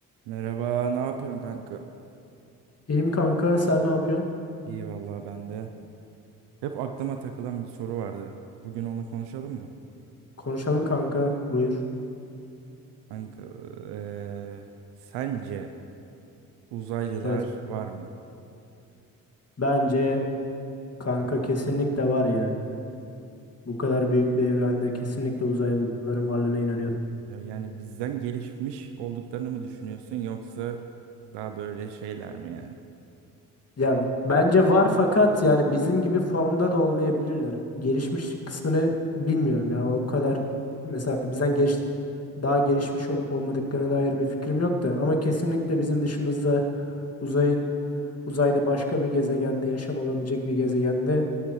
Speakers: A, on the right; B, on the left.
A: Merhaba, ne yapıyorsun kanka?
B: İyiyim kanka, sen ne yapıyorsun?
A: İyi vallahi ben de. Hep aklıma takılan bir soru vardı. Bugün onu konuşalım mı?
B: Konuşalım kanka, buyur.
A: Kanka, eee, sence uzaylılar
B: Evet,
A: var mı?
B: bence kanka
A: Hı hı.
B: kesinlikle var ya. Bu kadar büyük bir evrende kesinlikle uzaylıların varlığına inanıyorum.
A: Ya yani bizden gelişmiş olduklarını mı düşünüyorsun yoksa daha böyle şeyler mi yani?
B: Ya bence var fakat yani bizim gibi formda da olmayabilirler. Gelişmiş kısmını bilmiyorum ya. O kadar mesela bizden geç daha gelişmiş olup olmadıklarına dair bir fikrim yok da ama kesinlikle bizim dışımızda uzayın uzayda başka bir gezegende yaşam olabilecek bir gezegende